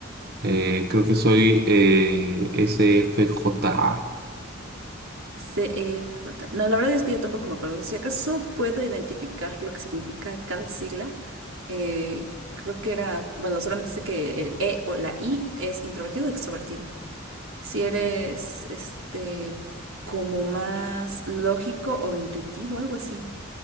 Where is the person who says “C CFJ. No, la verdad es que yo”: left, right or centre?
Right